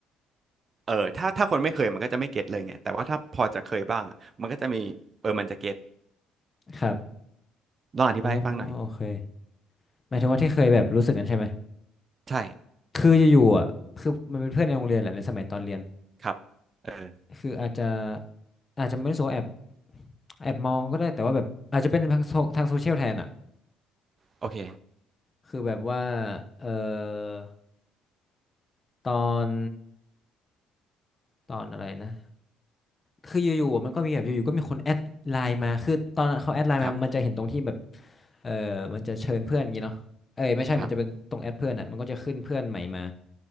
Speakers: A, on the right (about 35°); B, on the left (about 25°).
A: เออถ้าถ้าคนไม่เคยมันก็จะไม่เก็ตเลยไงแต่ว่าถ้าพอจะเคยบ้างมันก็จะมีเออมันจะเก็ต
B: ครับ
A: ลองอธิบายให้ฟังหน่อย
B: อ๋อโอเคหมายถึงว่าที่เคยแบบรู้สึกกันใช่ไหม
A: ใช่
B: คืออยู่ๆอ่ะคือมันเป็นเพื่อนในโรงเรียนแหละในสมัยตอนเรียน
A: ครับเออ
B: คืออาจจะอาจจะไม่รู้สึกว่าแอบ แอบมองก็ได้แต่ว่าแบบอาจจะเป็นทางโซทางโซเชียลแทนอ่ะ
A: โอเค
B: คือแบบว่าเอ่อตอน ตอนอะไรนะ คืออยู่ๆมันก็มีแบบอยู่ๆก็มีคนแอดไลน์มาคือตอนเขาแอดไลน์มามันจะเห็นตรงที่แบบ
A: ครับ
B: เออมันจะเชิญเพื่อนอย่างงี้เนาะเอ้ยไม่ใช่มันจะเป็นตรงแอดเพื่อนอ่ะมันก็จะขึ้นเพื่อนใหม่มา
A: ครับ